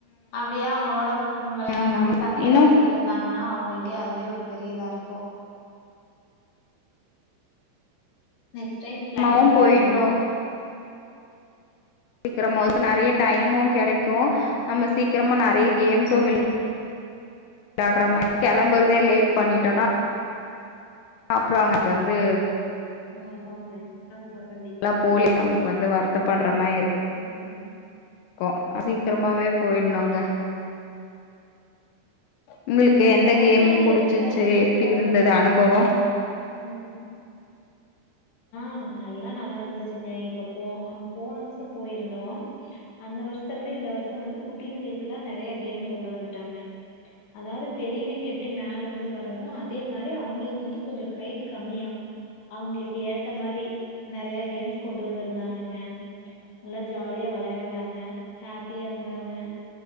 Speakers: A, on the left; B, on the left.
A: அப்டியே அவங்களோட
B: ம்
A: வெளாண்டுட்டு
B: ஆமா
A: தண்ணில
B: இன்னு
A: எறங்கிட்டு இருந்தாங்கன்னா அவங்களுக்கே அதுவே ஒரு பெரிய இதா இருக்கு நெக்ஸ்ட் டைம் பிளான்
B: மாவு
A: பண்ணி
B: போயிட்ணு
A: பாருங்க
B: <unintelligible> நெறைய டைமு கெடைக்கு
A: ஆமாங்க
B: நம்ம சீக்கிரமா நெறைய கேம்சு
A: ஆமாங்க
B: விளா விளாட்றமா கெளம்பறதே லேட் பண்ணிட்டோனா அப்றோ <unintelligible> வந்து
A: ஆமாங்க ஆமா கண்டிப்பா
B: எல்லா போலி நம்மளுக்கு வந்து வருத்தப்பட்ற மாரி இருக்
A: ம் ம்
B: கோ அ சீக்ரமாவே
A: ஆ
B: போயிட்னுங்க உங்ளுக்கு
A: அந்த
B: எந்த
A: கேரளால
B: கேம் புடிச்சிச்சி
A: இருக்கிற அந்த தீம்
B: எப்டி
A: பார்க்கெல்லா
B: இருந்தது அனும்பவோ
A: ம் ஆ நல்லா நல்லா இருந்துச்சுங்க இப்ப போ அ போன வருசோ போயிருந்தோ அந்த வர்ஷ்த்த விட இந்த வர்சோ வந்து குட்டீச்களுக்குல்லா நறய கேம் கொண்டு வந்துட்டாங்க அதாவ்து பெரிவிய்ங்க எப்டி மேல இருந்து வரமோ அதே மாரி அவுங்களுக்கு வந்து கொஞ்சொ ஹைட் கம்மியா அவுங்ளுக்கு ஏத்த மாரி நெறைய கேம்ஸ் கொண்டு வந்திருந்தாங்கங்க நல்லா ஜாலியா வெளையாண்டாங்க ஹாப்பியா இருந்தாங்க